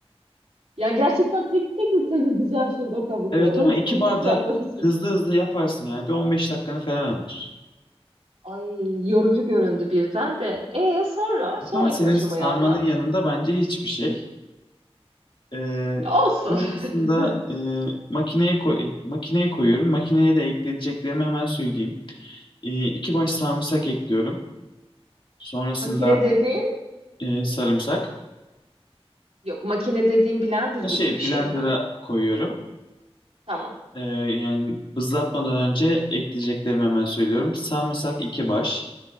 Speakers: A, on the right; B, on the left.
A: Ya gerçekten tek tek mi temizleyeceksin şimdi o kabukları?
B: Evet ama iki
A: Humus
B: bardak
A: yapmak için.
B: hızlı hızlı yaparsın yani. Bir 15 dakikanı falan alır.
A: Ay yorucu göründü birden de. E sonra sonraki
B: Evet Ama senin
A: aşamayı
B: sarmanın
A: anlat.
B: yanında bence hiçbir şey. Ee,
A: Ya Olsun.
B: sonrasında
A: <laughs>
B: e, makineye koy makineye koyuyorum. Makineye de ekleyeceklerimi hemen söyleyeyim. Ee, iki baş sarımsak ekliyorum. Sonrasında
A: Makine dediğin
B: e, sarımsak.
A: yok makine dediğin blender
B: Ha,
A: gibi
B: Şey
A: bir şey
B: blender'a
A: mi?
B: koyuyorum.
A: Tamam.
B: Ee, yani bızlatmadan önce ekleyeceklerimi hemen söylüyorum. Sarımsak iki baş.